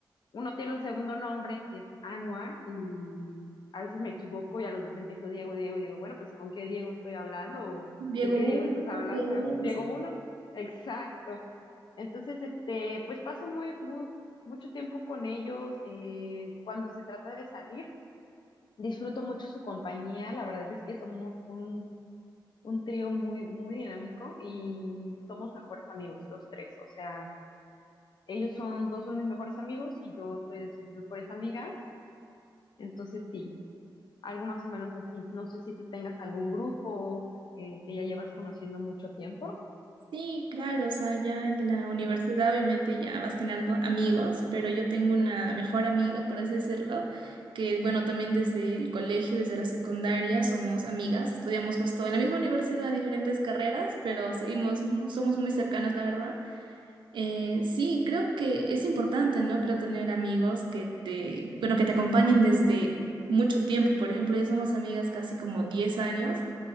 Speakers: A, on the left; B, on the right.
A: uno tiene un segundo nombre que es Anuar y a veces me equivoco y a los dos empiezo Diego, Diego y digo, bueno, pues ¿con qué Diego estoy hablando? ¿O
B: Diego,
A: de qué
B: uno,
A: Diego estás hablando?
B: dos.
A: <laughs> ¿Diego uno? Exacto. Entonces, este, pues paso muy, muy, mucho tiempo con ellos. eh, cuando se trata de salir, disfruto mucho su compañía. La verdad es que somos un, un trío muy, muy dinámico y somos mejores amigos los tres. O sea, ellos son, dos son mis mejores amigos y yo soy de sus mejores amigas. Entonces, sí, algo más o menos así. No sé si tú tengas algún grupo eh, que ya llevas conociendo mucho tiempo.
B: Sí, claro, o sea, ya en la universidad obviamente ya vas generando amigos, pero yo tengo una mejor amiga, por así decirlo, que bueno, también desde el colegio, desde la secundaria somos amigas, estudiamos justo en la misma universidad, diferentes carreras, pero seguimos, mu- somos muy cercanas, la verdad. Eh, sí, creo que es importante, ¿no? Creo tener amigos que te, bueno, que te acompañen desde mucho tiempo. Por ejemplo, ya somos amigas casi como 10 años